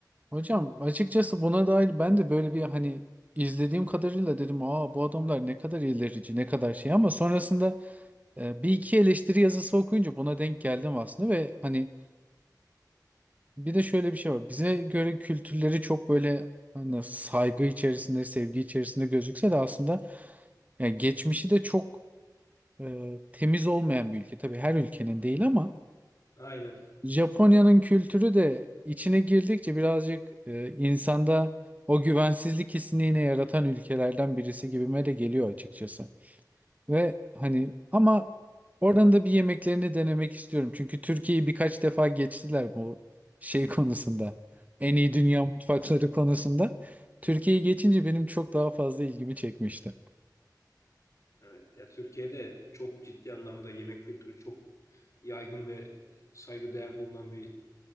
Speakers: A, on the right; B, on the left.
A: Hocam açıkçası buna dair ben de böyle bir hani izlediğim kadarıyla dedim aa bu adamlar ne kadar ilerici ne kadar şey ama sonrasında E, bir iki eleştiri yazısı okuyunca buna denk geldim aslında ve hani bir de şöyle bir şey var. Bize göre kültürleri çok böyle hani saygı içerisinde, sevgi içerisinde gözükse de aslında yani geçmişi de çok e, temiz olmayan bir ülke. Tabii her ülkenin değil ama
B: Aynen.
A: Japonya'nın kültürü de içine girdikçe birazcık e, insanda o güvensizlik hissini yine yaratan ülkelerden birisi gibime de geliyor açıkçası. Ve hani ama oranın da bir yemeklerini denemek istiyorum. Çünkü Türkiye'yi birkaç defa geçtiler bu şey konusunda. En iyi dünya mutfakları konusunda. Türkiye'yi geçince benim çok daha fazla ilgimi çekmişti.
B: Evet. Ya Türkiye'de çok ciddi anlamda yemek kültürü çok yaygın ve saygıdeğer bulunan bir